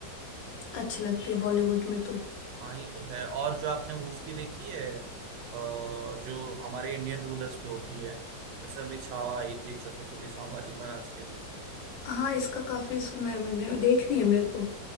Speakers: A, on the left (about 85°); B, on the right (about 80°).
A: अच्छी लगती है बॉलीवुड में तो
B: हाँ ये तो है और जो आपने वो उसकी देखी है अ, जो हमारे इंडियन रूलर्स पे होती है जैसे अभी छावा आई थी एक छत्रपति संभाजी महाराज के लिए
A: हाँ इसका काफी सुना है मैंने देखनी है मेरे को